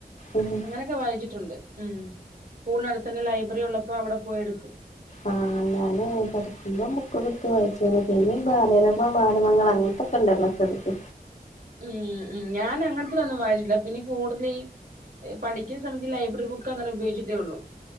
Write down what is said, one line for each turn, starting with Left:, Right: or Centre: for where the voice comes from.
Left: ആഹ്
Right: അങ്ങനൊക്കെ വായിച്ചിട്ടുണ്ട് ഉം സ്കൂളി നടുത്ത് തന്നെ ലൈബ്രറി ഉള്ളപ്പോ അവിടെ പോയി എടുക്കും
Left: ആഹ് ഞാന് പഠിക്കുമ്പോ ബുക്കോക്കെ എടുത്ത് വായിച്ചീനി പിന്നെ ഈ ബാലരമ, ബാലമംഗളം അങ്ങൻത്തെക്കെ ഇണ്ടല്ലോ ചെറുത്
Right: ഉം ഉം ഞാൻ അങ്ങൻത്തെ തോന്നും വായിച്ചിട്ടില്ല പിന്നെ കൂടുതല് ഈ പഠിക്കുന്ന സമയത്ത് ലൈബ്രറി ബുക്ക് അങ്ങനെ ഉപയോഗിച്ചിട്ടേ ഒള്ളൂ